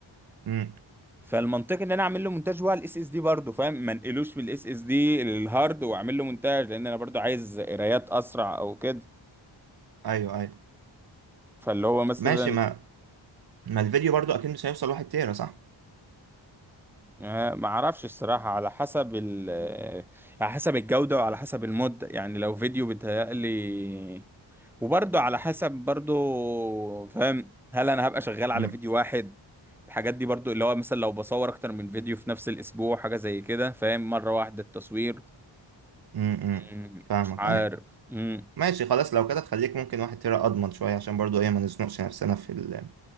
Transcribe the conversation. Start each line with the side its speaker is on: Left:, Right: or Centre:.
Right: امم
Centre: فالمنطقي ان انا اعمل له مونتاج هو على الاس اس دي برضه فاهم ما انقلوش من الاس اس دي للهارد واعمل له مونتاج لان انا برضه عايز قرايات اسرع او كده
Right: ايوه ايوه
Centre: فاللي هو مثلا
Right: ماشي ما ما الفيديو برضو اكيد مش هيوصل واحد تيرا صح
Centre: آه، ما اعرفش الصراحة على حسب ال آه، على حسب الجودة وعلى حسب المدة يعني لو فيديو بيتهيألي وبرضه على حسب برضه فاهم هل انا هبقى شغال على
Right: امم
Centre: فيديو واحد الحاجات دي برضه اللي هو مثلا لو بصور اكتر من فيديو في نفس الاسبوع حاجة زي كده فاهم مرة واحدة التصوير
Right: امم
Centre: مم،
Right: فاهمك
Centre: مش عارف
Right: ايوه
Centre: مم،
Right: ماشي خلاص لو كده تخليك ممكن واحد تيرا اضمن شويه عشان برضو ايه ما نزنقش نفسنا في ال...